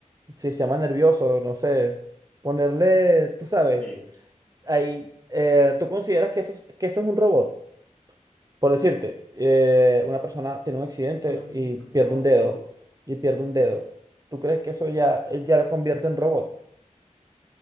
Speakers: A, on the right; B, on the left.
A: sistema nervioso, no sé, ponerle, tú sabes,
B: Sí.
A: ahí, eh, ¿tú consideras que eso, es- que eso es un robot? Por decirte, eh, una persona tiene un accidente
B: Un
A: y pierde
B: robot.
A: un dedo, y pierde un dedo. ¿Tú crees que eso ya, eh, ya lo convierte en robot?